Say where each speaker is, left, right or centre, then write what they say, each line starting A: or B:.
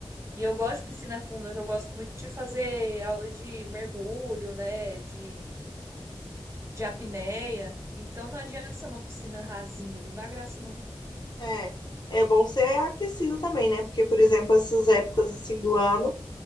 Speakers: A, on the right; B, on the left.
A: E eu gosto de piscina funda, que eu gosto muito de fazer aula de mergulho, né? De de apneia. Então não adianta ser uma piscina rasinha, não dá graça não.
B: É. É bom ser aquecido também, né? Porque, por exemplo, essas épocas assim do ano